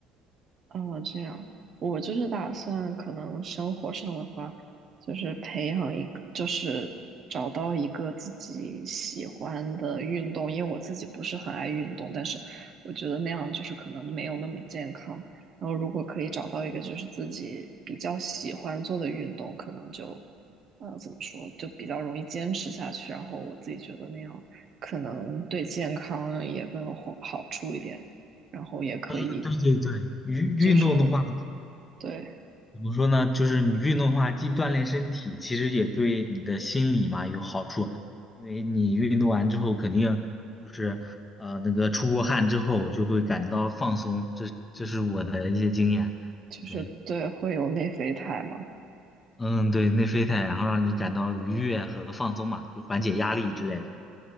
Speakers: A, on the right (about 50°); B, on the left (about 25°).
A: 哦，这样，我就是打算可能生活上的话，就是培养一个，就是找到一个自己喜欢的运动，因为我自己不是很爱运动，但是我觉得那样就是可能没有那么健康。然后如果可以找到一个就是自己比较喜欢做的运动，可能就，呃，怎么说，就比较容易坚持下去。然后我自己觉得那样可能对健康也更有好好处一点。然后也可以
B: 嗯对对对，运运动的话，
A: 就是对，
B: 怎么说呢？就是你运动的话，既锻炼身体，其实也对你的心理嘛有好处。因为你运动完之后，肯定就是呃那个出过汗之后，就会感觉到放松。这这是我的一些经验。
A: 就是对，
B: 对，
A: 会有内啡肽嘛？
B: 嗯，对，内啡肽，然后让你感到愉悦和放松嘛，就缓解压力之类的。